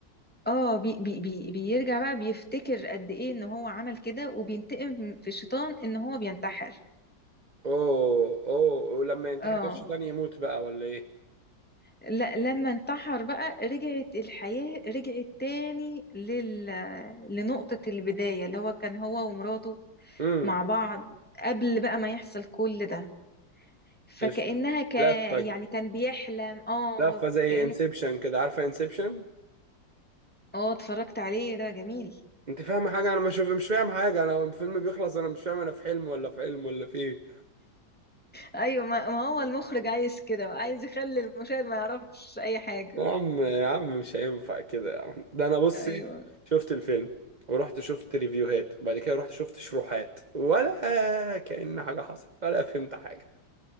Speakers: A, in the centre; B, on the right.
A: اه بي... بي... بي... بيرجع بقى بيفتكر قد ايه ان هو عمل كده وبينتقم في الشيطان ان هو بينتحر
B: اوه اوه ولما ينتحر
A: اه
B: كده الشيطان يموت بقى ولا ايه
A: لا لما انتحر بقى رجعت الحياة رجعت تاني لل... لنقطة البداية اللي هو كان هو ومراته
B: امم
A: مع بعض قبل بقى ما يحصل كل ده فكأنها
B: قشطة
A: ك...
B: لفة ج-
A: يعني كان بيحلم اه
B: لفة زي
A: كأن
B: انسبشن كده عارفة انسبشن
A: اه اتفرجت عليه ده جميل
B: انت فاهمة حاجة انا مش مش فاهم حاجة انا الفيلم بيخلص انا مش فاهم انا في حلم ولا في علم ولا في ايه
A: ايوه ما... ما هو المخرج عايز كده بقى، عايز يخلي المشاهد ما يعرفش اي حاجة
B: يا عم يا عم مش هينفع كده يا عم ده انا بصي
A: ايوه
B: شفت الفيلم ورحت شفت ريفيوهات وبعد كده رحت شفت شروحات ولا كأن حاجة حصلت ولا فهمت حاجة